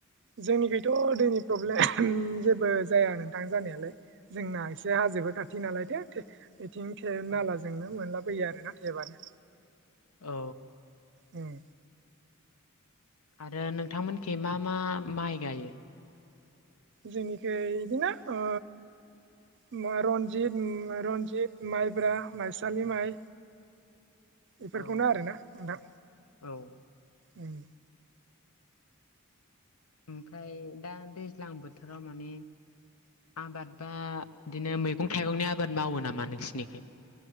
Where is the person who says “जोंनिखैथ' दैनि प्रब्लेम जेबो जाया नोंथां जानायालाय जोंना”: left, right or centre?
Right